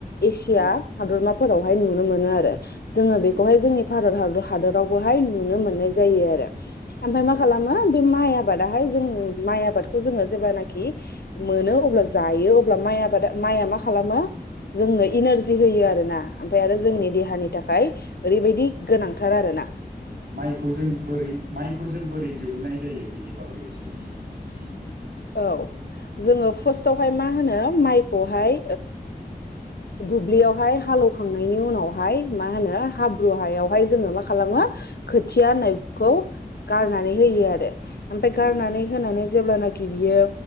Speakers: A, on the left (about 75°); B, on the right (about 70°).
A: एसिया
B: उम
A: हादरमा फोरावहाय नुनो मोनो आरो जोंओ
B: उम
A: बेखौहाल जोंनि भारत हादर हादरावबोहाय नुनो मोननाय जायो आरो ओमफाय मा
B: औ
A: खालामो बे मा माइ आबादाहाय जों माइ आबादखौ जोङो जेब्लानाखि मोनो अब्ला जायो अब्ला माइ आबादा माइआ मा खालामो। जोंनो इनारजि होयो आरोना ओमफाय आरो जोंनि
B: औ
A: देहानि थाखाय ओरैबायाददि गोनांथार आरो ना
B: माइखौ जों बोरै माइखौ जों बोरै दिहुन नाम जायो बिनि बागैसो इसे
A: औ जोङो फार्स्टआवहाय मा मा होनो माइखौहाय दुब्लियावहाय हालवखांनायनि उनावहाय मा होनो हाब्रु हायाव ओमफाय जोङो मा खालामो खोथिया होननायखौ गारनानै होयो आरो ओमफाय
B: उम
A: गारनानै होनानै जेब्लानाखि बियो